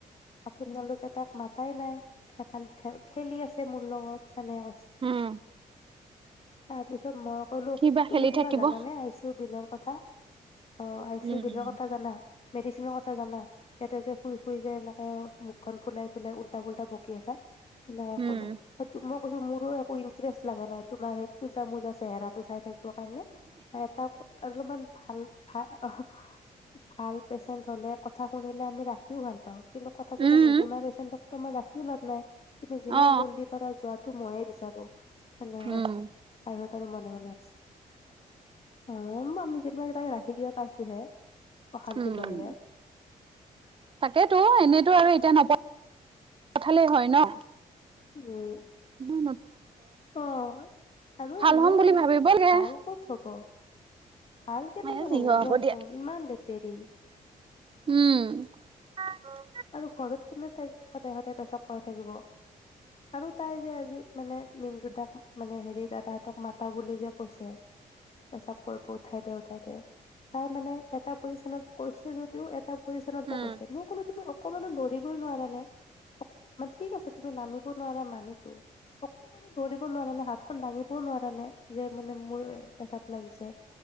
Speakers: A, on the left (about 40°); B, on the right (about 35°).
A: আপোনালোকে তাক মাতাই নাইাল খেলি আছে মোৰ লগত সেনেকে কইছে
B: উম
A: তাৰ পিছত মই কলো
B: কিবা
A: তুমি
B: খেলি
A: কিবা
B: থাকিব
A: জানে আইচি ইউ বিলৰ কথা অ
B: উম
A: আইচি ইউ বিলৰ কথা মেডিচিনৰ কথা জানা ইয়াতে যে শুই শুই যে এনেকে মুখখন ফুলাই ফুলাই উল্টা ফুল্টা বকি আছে নাই
B: উম
A: কো তো মই কৈছো মোৰো একো ইণ্টাৰেষ্ট লগা নাই তোমাৰ সেই খোজা মোজা চেহৰাটো চাই থাকে কাৰণে এটা অলপমান ভাল ভাল অ ভাল পেচেণ্ট হলে কথা শুনিলে আমি ৰাখিও ভাল পাও। কিন্তু কথা চথা
B: উম
A: নুশুনা পেচেণ্টক তোমাৰ ৰাখিও লাভ নাই। তুমি যিমান
B: অ
A: জল্দি পাৰা যোৱা। টো ময়ে বিচাৰো। নাই
B: উম
A: অৱচ তাৰ সত আৰু মনে- মনে <unintelligible> প্লেছ অহ ম মিজ ম <unintelligible> তাইৰ ৰাখি কেইটা পাইছোহে। অশান্তিৰ
B: উম,
A: বাহিৰে
B: তাকেতো
A: উম
B: এনেতো আৰু এতিয়া নপ <unintelligible> পঠালেই হয় ন।
A: উম,
B: উম,
A: অহ, আৰু
B: ভাল
A: এনেও
B: হ'ম বুলি ভাবিব লাগে
A: ভাল কত হব ভাল কেনেকে
B: এ যি
A: হব
B: হয়
A: কোৱাচোন
B: দিয়া
A: ইমান লেতেৰি।
B: উম, অ <inaudible>
A: আৰু ঘৰত কোনে তাইক সদায়- সদায় পেচা পাই থাকিব। আৰু তাই যে আজি মানে মিণ্টু দাক মানে হেৰি দাদাহতক মাতা বুলি যে কৈছে পেচাপ কৰিব উঠাই দে - উঠাই দে তাই মানে এটা পজিশনত কৈছে যদিও এটা পজিচনতে
B: উম
A: কৈছে মই কলো তুমি অকমান লৰিবই নোৱাৰানে মানে ঠিক আছে তুমি নামিব নোৱাৰা মানিছো অকমানো ধৰিব নোৱাৰা নে হাতখন দাঙিবও নোৱাৰ নে যে মানে মোৰ হেচাপ লাগিছে